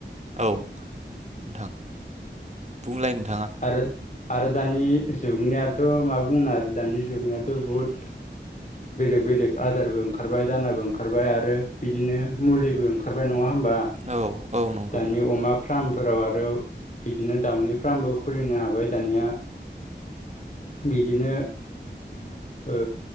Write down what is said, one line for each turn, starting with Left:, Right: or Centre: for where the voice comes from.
Right: औ नोंथां। बुंलाय नोंथाङा
Left: आरो आरो दानि जुगनियाथ' मा बुंनो आरो दानि जुगनियाथ' बुहुद बेलेग बेलेग आदारबो ओंखारबाय दानाबो ओंखारबाय आरो बिदिनो मुलिबो ओंखारबाय नङा नङा होमबा
Right: औ औ नंगौ
Left: दानि अमा फार्मफोराव आरो दि दिनो दाउनि फार्मबो खुलिनो हाबाय दानिया बिदिनो ओ